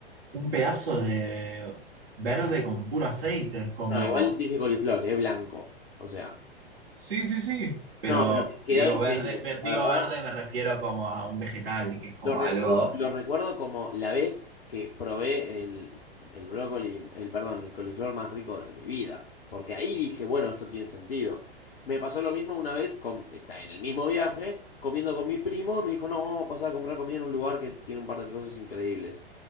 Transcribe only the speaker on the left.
no, igual dije coliflor, es blanco. O sea,
no, pero que quedaba
increíble.
La
verdad,
Lo recuerdo,
lo recuerdo como la vez que probé el, el brócoli, el, perdón, el coliflor más rico de mi vida. Porque ahí dije, bueno, esto tiene sentido. Me pasó lo mismo una vez con- en el mismo viaje, comiendo con mi primo. Me dijo, no, vamos a pasar a comprar comida en un lugar que tiene un par de cosas increíbles.